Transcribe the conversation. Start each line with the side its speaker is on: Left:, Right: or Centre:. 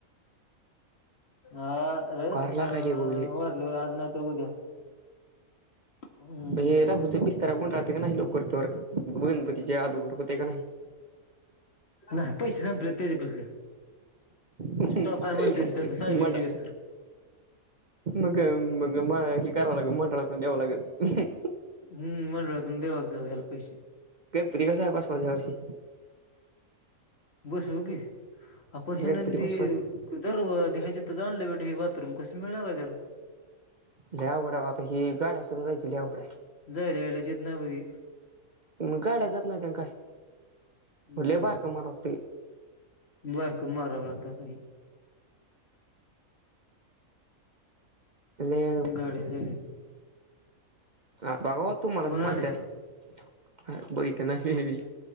Left: हा ररे,
Right: गार
Left: अ
Right: लागायलय बघ लय.
Left: -वारलीवर आज नाही तर उद्या. हम्म
Right: हे राहुलचा बिस्तारा गुंडाळते का नाही लवकर, तर गणपतीचे आदोगर होतय का नाही? <unintelligible>
Left: नाही पैसे संपले त्याच्या पसले.
Right: हम्म
Left: स्टॉफ आहे म्हणते त्या साहेबीन
Right: मड
Left: निघस तर
Right: मग मंग म हे करावं लागेल मंडळातून द्यावं लागेल.
Left: हम्म मंडळातून द्यावं लागलं ह्याला पैसे
Right: गणपती कसा बसवायचा ह्या वर्षी.
Left: बसवू कि आपण ह्यो
Right: गणपती
Left: नंदी
Right: बसवायचा.
Left: दर व ह्यच्यातच आणलाय वाट हे बाथरूम कस मिळालय जर.
Right: लय अवघड हाय ओ आता हे गाड्या सुद्धा जायचं लय अवघड हाय.
Left: जायला येयला शेत नाही मधी
Right: मग गाड्या जात नाहीत अन काय
Left: हम्म
Right: लय बारका मारग वाटतय.
Left: बारक मारलय काय आता हे.
Right: लय
Left: गाडी जाय
Right: आ बघा तुम्हालाच
Left: कोण
Right: माहित
Left: आले
Right: आहे बघितलं नाही